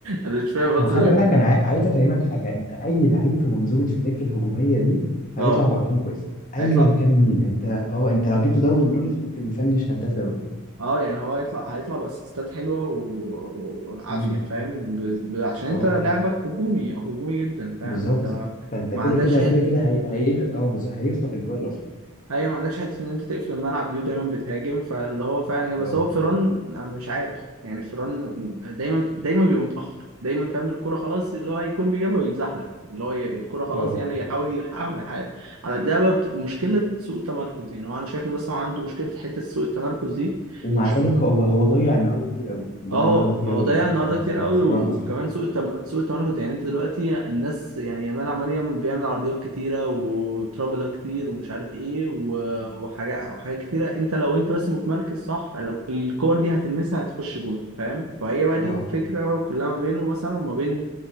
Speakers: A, on the right (about 80°); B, on the left (about 35°).
A: انا مش فاهم اصلا
B: ما هو خلي بالك انا عاي- عايز افهمك حاجه انت اي لعيب في منظومه فليك الهجوميه دي
A: اه
B: هيطلع بارقام كويسه ايا
A: هيطلع
B: كان مين انت اه انت لو جبت داروين نونيز ممكن يفنش هداف دوري
A: اه يعني هو هيطلع هيطلع باسيستات حلوه و- وعافيه
B: امم
A: فاهم ب... ب... عشان
B: اه
A: انت لعبك هجومي او هجومي جدا فاهم
B: بالظبط
A: انت ما,
B: فانت
A: ما
B: كده
A: عندكش
B: كده كده كده هي... هي... إيه، اه بالظبط هيخطف اجوال اصلا
A: ايوه ما عندكش حته ان انت تقفل الملعب دي ودايما بتهاجم فاللي هو فعلا كده بس
B: اه
A: هو فيران أنا مش عارف يعني فيران دايما دايما بيبقى متاخر دايما فاهم الكوره خلاص اللي هو هيكون بيجيبها ويتزحلق اللي هو ي- الكوره خلاص
B: اه
A: يعني يحاول يلحقها وما يلحقهاش على ده بقى بت- مشكله سوء تمركز يعني هو انا شايف ان بس هو عنده مشكله حته سوء التمركز دي
B: ومع
A: مش
B: ذلك هو هو ضيع النهارده كتير قوي
A: اه
B: ضيع النهارده كتير
A: هو
B: قوي
A: ضيع النهارده
B: في
A: كتير
B: في,
A: قوي
B: في
A: و-
B: الران اصلا
A: وكمان سوق التم... سوق التمركز يعني انت دلوقتي الناس يعني يامال عمال يعمل بيعمل عرضيات كتيره وترافلا كتير ومش عارف ايه و... وحاجات وحاجات كتيره انت لو انت بس متمركز صح ال- الكور دي هتلمسها هتخش جون فاهم فهي بقى دي
B: اه
A: الفكره كلها ما بينه مثلا وما بين